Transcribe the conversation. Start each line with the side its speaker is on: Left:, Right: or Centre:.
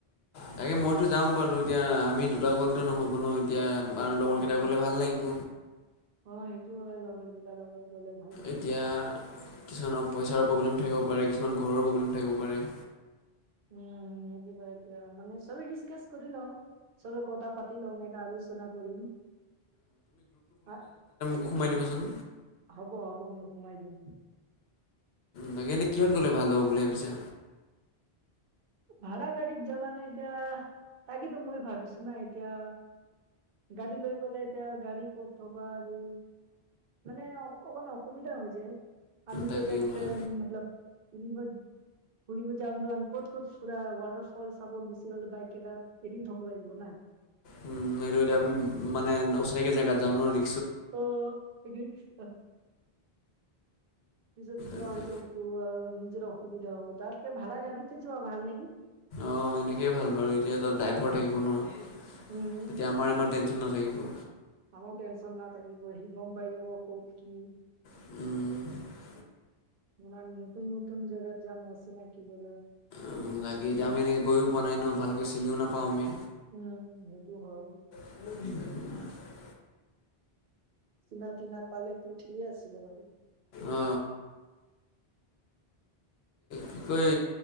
Left: তাকে মইতো যাম বাৰু এতিয়া আমি দুটা গ'লতো নহ'ব ন এতিয়া বাৰু লগৰ
Right: অ
Left: কেইটা গ'লে ভাল লাগিব
Right: অ সেইটো হয় লগৰ কেটাৰ লগত গলে ভাল লাগে
Left: এতিয়া কিছুমানৰ পইচাৰ প্ৰব্লেম থাকিব পাৰে, কিছুমান ঘৰ প্ৰব্লেম থাকিব পাৰে।
Right: উম হেতু বাৰদে হয় মানে চবে ডিছকাচ কৰি লও চবে কথা পাতি লম এটা আলোচনা কৰি হা
Left: মোক সোমাই দিবচোন
Right: হ'ব হ'ব মই সোমাই দিম
Left: লাগে এনেই কিহত গ'লে ভাল হ'ব বুলি ভাবিছা
Right: ভাড়া গাড়ীত যাবা নে এতিয়া, তাকেতো মই ভাবিছো নাই এতিয়া, গাড়ী লৈ গ'লে এতিয়া গাড়ী ক'ত থবা আৰু মানে অকণমান অসুবিধা হৈ যায় আমিটো
Left: তাকে
Right: এতিয়া ত্ৰেম
Left: মই
Right: মতলব ফুৰিব ফুৰিব যাম ত আমি ক'ত ক'ত পুৰা ৱাটাৰ ফল চাব গোচি গলে বাইক কেইটা এৰি থ'ব লাগিব না
Left: উম সেইটো এতিয়া আমি মানে অচিনাকৈ জেগাত যাম ন ৰি
Right: অ ৰিস্কট আ পিছত কিবা
Left: তাকে
Right: হৈ যাব তোৰ নিজৰ অসুবিধা হব তাতকে ভাড়া গাড়ী তে যোৱা ভাল নেকি
Left: অঁ সেনেকেইে ভাল বাৰু এতিয়া তাত ড্ৰাইভৰ থাকিব ন
Right: উম,
Left: তেতিয়া আমাৰ ইমান টেঞ্চন নাথাকিব
Right: আমাৰ টেঞ্চন নাথাকিব সি গমপাই যাব ক'ত কি
Left: উম উম
Right: ইমান নতুন নতুন জেগাত যাম অচিনাকী জেগা
Left: অ লাগে এতিয়া আমি এনেকৈ গৈ পোৱা নাই ন ভালকৈ চিনিওঁ নাপাওঁ আমি
Right: উম সেইটো হয়
Left: <unintelligible>
Right: চিনা তিনা পালে তো ঠিকে আছিলে বাৰু
Left: অ অ কি কয়